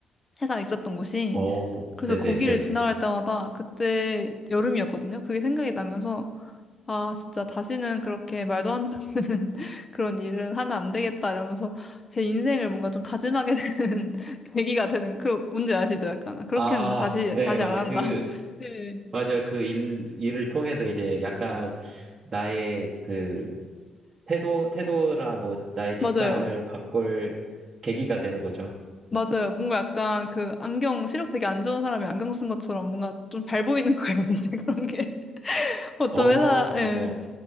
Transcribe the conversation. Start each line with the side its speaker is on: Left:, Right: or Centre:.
Left: 회사 있었던 곳이.
Right: 어,
Left: 그래서
Right: 네네네.
Left: 거기를 지나갈 때마다 그때 여름이었거든요. 그게 생각이 나면서 아, 진짜 다시는 그렇게 말도 안 되는 <laughs> 그런 일은 하면 안 되겠다 이러면서 제 인생을 뭔가 좀 다짐하게 <laughs> 되는 계기가 되는 그 문제 아시죠? 약간 아, 그렇게는
Right: 아,
Left: 다시
Right: 네,
Left: 다시
Right: 맞아요.
Left: 안 한다.
Right: 그,
Left: <laughs> 네.
Right: 맞아요. 그 일, 일을 통해서 이제 약간 나의 그 태도, 태도랑 뭐 나의 직장을
Left: 맞아요.
Right: 바꿀 계기가 되는 거죠.
Left: 맞아요. 뭔가 약간 그 안경 시력 되게 안 좋은 사람이 안경 쓴 것처럼 뭔가 좀 잘 보이는 거예요. <laughs> 이제 그런 게 <laughs> 어떤
Right: 어,
Left: 회사 예.
Right: 맞아요.